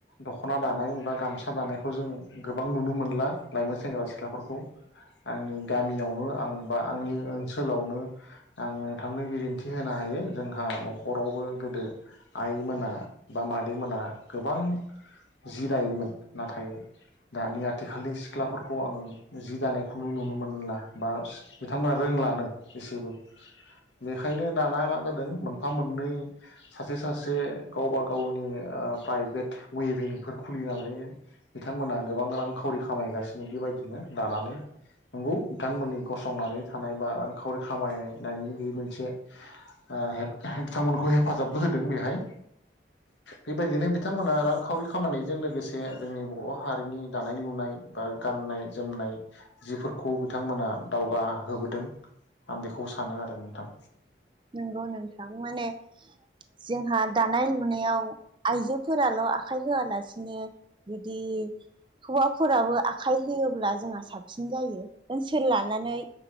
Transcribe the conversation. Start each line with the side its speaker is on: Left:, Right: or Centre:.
Left: दख'ना दानाय बा गामसा दानायखौ जों गोबां नुनो मोनला लाइमोन सेंग्रा सिख्लाफोरखौ आंनि गामियावनो आं बा आंनि ओनसोलावनो आं नोंथांनो बिदिन्थि होनो हायो जोंहा न' खरावबो गोदो आइ मोना बा मादै मोना गोबां जि दायोमोन नाथाय दानि आथिखालनि सिख्लाफोरखौ आं जि दानायखौनो नुनो मोनला बा बिथांमोना रोंलानो। एसेबो बेखायनो दाना मा जादों मोन फा मोननै सासे सासे गावबा गावनि ओ प्राइभेट वेभिंफोर खुलिना लायो बिथांमोनहा गोबां रां खावरि खामायगास सिनो बेबायदिनो दानानै नंगौ बिथांमोननि गसंनानै थानाय बा रांखावरि खामायनायनि बे मोनसे ओ हेफा बिथांमोनखौ हेफाजाबबो होदों बेहाय बेबायदिनो बिथांमोना रांखावरि खामनायजों लोगोसे जोंनि बर' हारिनि दानाय लुनाय बा गाननाय जोमनाय जिफोरखौ बिथांमोना दावगाहोबोदों आं बेखौ सानो आरो नोंथां।
Right: नंगौ नोंथां माने जोंहा दानाय लुनायाव आइजोफोराल' आखाइ होआलासिनो जुदि हौवाफोराबो आखाइ होयोब्ला जोंहा साबसिन जायो। ओनसोल लानानै